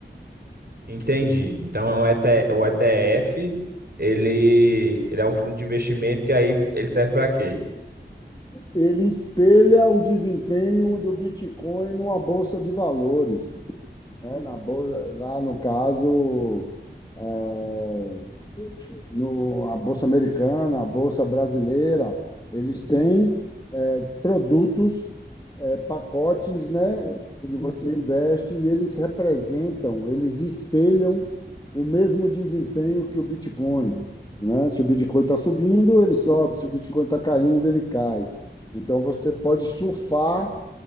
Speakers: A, on the right (about 55°); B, on the left (about 20°).
A: Entendi. Então é um ET o ETF, ele, ele é um fundo de investimento que aí ele serve para quê?
B: Ele espelha o desempenho do Bitcoin numa Bolsa de Valores, né? Na bolsa, lá no caso. eh, no, a Bolsa Americana, a Bolsa Brasileira, eles têm produtos, é, pacotes, né, onde você investe e eles representam, eles espelham o mesmo desempenho que o Bitcoin. Né? Se o Bitcoin está subindo, ele sobe, se o Bitcoin está caindo, ele cai. Então você pode surfar,